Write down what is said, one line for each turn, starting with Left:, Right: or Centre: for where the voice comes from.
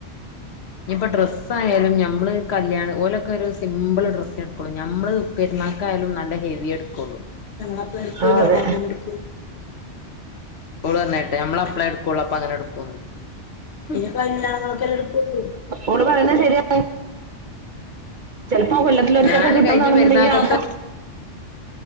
Left: ഇനി ഇപ്പ ഡ്രസ്സ് ആായാലും നമ്മള് കല്യാണം ഓലൊക്കെ ഒരു സിമ്പിൾ ഡ്രസ്സണ് നമ്മള് പെരുന്നക്കായാലും നല്ല ഹെവി എടുക്കുള്ളൂ ഞമ്മ അപ്പ എടുക്കൂല
Right: ആ അതെ
Left: വാങ്ങൻ എടുക്കും ഉായിട്ട് നമ്മള അപ്പളേ എടുക്കുവുള്ളൂ അപ്പൊ അങ്ങനെ എടുക്കുവന്ന് ഈ കല്യാണങ്ങൊക്കെല്ല എടുപ്പള്ളൂ
Right: ഓട് പറയന്ന ശരിയ ചിലപ്പോ കൊല്ലത്തിലൊർക്കൊക്കെ
Left: ഞാന്
Right: കിട്ടാൻ
Left: കഴിഞ്ഞ
Right: തണുന്നുണ്ടെങ്കി
Left: പെരുന്നാക്കത്തെ
Right: ആപ്പ